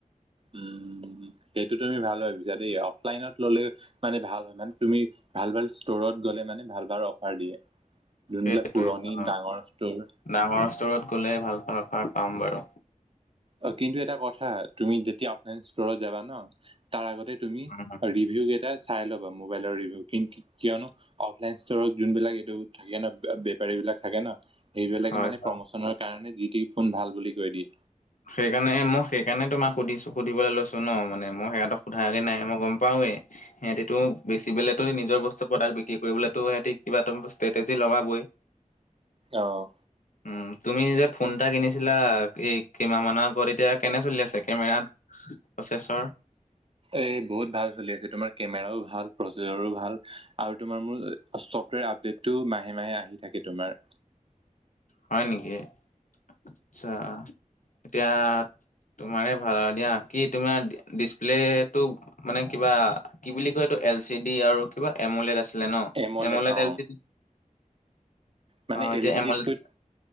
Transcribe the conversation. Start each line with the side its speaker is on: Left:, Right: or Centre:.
Right: উম' সেইটো তুমি ভাল ভাবিছা দেই, অফলাইনত ললে। মানে ভাল হয়, মানে তুমি ভাল ভাল ষ্টৰত গ'লে মানে ভাল ভাল অফাৰ দিয়ে। যোনবিলাক
Left: সেইটোৱে
Right: পুৰণি
Left: অ
Right: ডাঙৰ ষ্টৰ।
Left: ডাঙৰ ষ্টৰত গ'লে ভাল ভাল অফাৰ পাম বাৰু।
Right: অ' কিন্তু এটা কথা তুমি যেতিয়া অফলাইন ষ্টৰত যাবা ন, তাৰ আগতে। তুমি
Left: উম,
Right: ৰিভিউ কেইটা চাই ল'বা, মোবাইলৰ ৰিভিউ কিন। কিয়নো, অফলাইন ষ্টৰত যোনবিলাক এইটো থাকে ন বেপাৰী বিলাক থাকে ন। সেইবিলাকে
Left: হয়
Right: মানে
Left: হয়
Right: প্ৰমোচনৰ কাৰণে যি টি ফোন ভাল বুলি কৈ দিয়ে।
Left: সেইকাৰণে মই সেইকাৰণে তোমাক সুধিছো সুধিবলে লৈছো ন, মানে মই সেইহঁত সোধাগৈ নাই মই গম। পাওঁ নে। সিহতিতো, বেছি পেলাই নিজৰ বস্তু প্ৰডাক্ট বিক্ৰী কৰিবলৈতো সিহঁতি কিবা এটা ষ্ট্ৰেটেজি লগাবই।
Right: আহ'।
Left: উম' তুমি যে ফোন এটা কিনিছিলা এই। কিমাহ মানৰ আগত, এতিয়া কেনে চলি আছে কেমেৰা প্ৰচেছৰ?
Right: এই বহুত ভাল চলি আছে তোমাৰ কেমেৰাও ভাল প্ৰচেজৰো ভাল আৰু তোমাৰ মোৰ চফ্টৱেৰ আপডেট। টো মাহে মাহে আহি থাকে তোমাৰ।
Left: হয় নেকি? আচ্ছা এতিয়া। তোমাৰে ভাল আৰু দিয়া কি তোমাৰ ডিচপ্লেটো। মানে কিবা কি বুলি কয় এইটো, এল চি ডি আৰু কিবা এমলেড আছিলে ন,
Right: এমলেট
Left: এমলেড
Right: অ'
Left: এল চি ডি।
Right: মানে
Left: অ এতিয়া
Right: এল চি
Left: এমলেট
Right: ডিতকৈ।